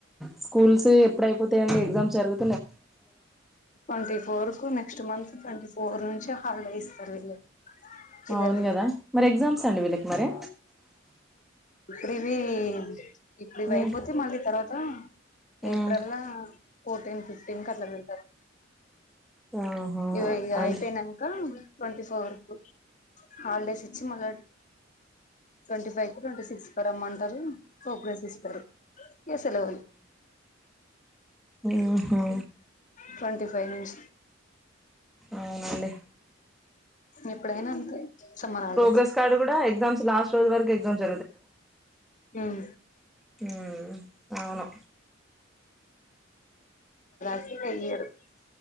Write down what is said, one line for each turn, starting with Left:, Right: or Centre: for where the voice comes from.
Centre: స్కూల్స్ ఎప్పుడయిపోతాయండి ఎగ్జామ్స్ జరుగు
Left: ట్వంటీ ఫోర్ కు నెక్స్ట్ మంత్ ట్వంటీ ఫోర్ నుంచి హాలిడే ఇస్తారు వీళ్ళకి పిల్లలకి
Centre: అవును గదా మరి ఎగ్జామ్స్ అండి వీళ్ళకి మరి
Left: <unintelligible> ఇప్పుడు ఇవి
Centre: ఉమ్
Left: అయిపోతే మళ్ళీ తర్వాత ఆ
Centre: ఉమ్
Left: ఏప్రిల్లా ఫోటీన్త్ ఎందుకట్ల పెడతరు
Centre: ఆహా
Left: ఇయో ఇయి
Centre: అండ్
Left: అయిపోయినాక ట్వంటీ ఫోర్ కు హాలిడేస్ ఇచ్చి మళ్ళా ట్వంటీ ఫైవ్ కో ట్వంటీ సిక్స్ కో రమ్మంటరు ప్రోగ్రాస్ ఇస్తరు ఇగ సెలవులు
Centre: ఊహూ
Left: ట్వంటీ ఫైవ్ నుంచి
Centre: అవునండి
Left: త ఇప్పుడైనా అంతే సమ్మర్ హాలిడేస్
Centre: ప్రోగ్రెస్ కార్డు కూడా ఎగ్జామ్స్ లాస్ట్ రోజు వరకు ఎగ్జామ్స్
Left: హ్మ్
Centre: హ్మ్ అవును
Left: సి <unintelligible> అయ్యారు